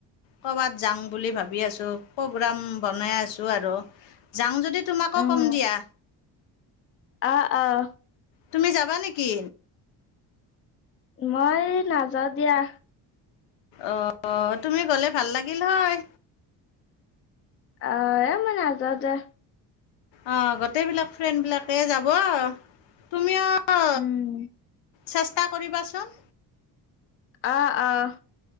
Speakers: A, on the left; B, on the left.
A: কৰ'বাত যাওঁ বুলি ভাবি আছো প্ৰগাম বনাই আছো আৰু যাওঁ যদি তোমাকো
B: উম
A: কম দিয়া
B: আহ আহ
A: তুমি যাবা নেকি
B: মই নাযাওঁ দিয়া
A: অ তুমি গ'লে ভাল লাগিল হয়
B: অ এ মই নাজাও দে
A: অ গোটেই বিলাক ফ্ৰেণ্ড বিলাকে যাব তুমিও অ
B: উম
A: চেষ্টা কৰিবাচোন
B: আহ আহ